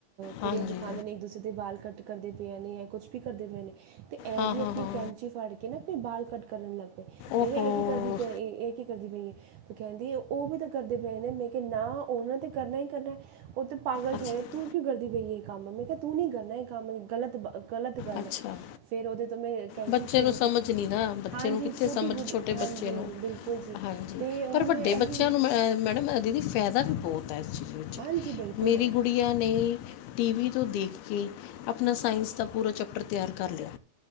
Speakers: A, on the right; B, on the left.
A: ਕੁੜੀਆਂ
B: ਹਾਂਜੀ
A: ਦਿਖਾਂਦੇ ਨੇ ਇੱਕ ਦੂਸਰੇ ਦੇ ਬਾਲ ਕੱਟ ਕਰਦੇ ਪਏ ਨੇ ਜਾਂ ਕੁਛ ਵੀ ਕਰਦੇ ਪਏ ਨੇ ਤੇ ਐ
B: ਹਾਂ
A: ਵੀ
B: ਹਾਂ
A: ਆਪਣੀ
B: ਹਾਂ
A: ਕੈਂਚੀ ਫੜ ਕੇ ਨਾ ਆਪਣੇ ਬਾਲ ਕੱਟ ਕਰਨ ਲੱਗ ਪਏ
B: ਓਹੋ
A: ਮੈਂ ਕਿਆ ਐ ਕੀ ਕਰਦੀ ਪਿਆ ਏ ਏ ਕੀ ਕਰਦੀ ਪਈ ਐ ਤੇ ਕਹਿੰਦੀ ਓ ਵੀ ਤਾਂ ਕਰਦੇ ਪਏ ਨੇ ਮੈਂ ਕਿਆ ਨਾ ਓਨਾਂ ਤੇ ਕਰਨਾ ਈ ਕਰਨਾ ਓ ਤੇ ਪਾਗਲ
B: ਅੱਛਾ
A: ਠਹਿਰੇ ਤੂੰ ਕਿਉਂ ਕਰਦੀ ਪਈ ਐ ਕੰਮ ਮੈਂ ਕਿਆ ਤੂੰ ਨੀ ਕਰਨਾ ਐ ਕੰਮ ਗਲਤ ਗਲਤ ਗੱਲ
B: ਅੱਛਾ
A: ਐ ਫੇਰ ਓਦੇ ਤੋਂ ਮੈਂ ਕੈਂਚੀ
B: ਬੱਚੇ
A: ਛੀਨ
B: ਨੂੰ ਸਮਝ
A: ਕੇ
B: ਨੀ ਨਾ ਬੱਚੇ
A: ਹਾਂਜੀ
B: ਨੂੰ ਕਿੱਥੇ
A: ਛੋਟੀ
B: ਸਮਝ
A: ਗੁੱਡੀ
B: ਛੋ ਛੋਟੇ
A: ਹਾਂਜੀ
B: ਬੱਚੇ ਨੂੰ,
A: ਬਿਲਕੁਲ ਜੀ ਅਤੇ
B: ਹਾਂਜੀ
A: ਉਹਨਾਂ
B: ਪਰ
A: ਨੂੰ
B: ਵੱਡੇ
A: ਇਹ ਹੀ
B: ਬੱਚਿਆਂ ਨੂੰ ਮੈਂ ਮੈਡਮ ਦੀਦੀ ਫਦਾ ਵੀ ਬੋਤ ਐ ਏਸ ਚੀਜ਼ ਵਿੱਚ
A: ਹਾਂਜੀ ਬਿਲਕੁਲ
B: ਮੇਰੀ
A: ਹੈ
B: ਗੁੜੀਆਂ ਨੇ ਟੀ ਵੀ ਤੋਂ ਦੇਖ ਕੇ ਆਪਨਾ ਸਾਇੰਸ ਦਾ ਪੂਰਾ ਚੈਪਟਰ ਤਿਆਰ ਕਰ ਲਿਆ।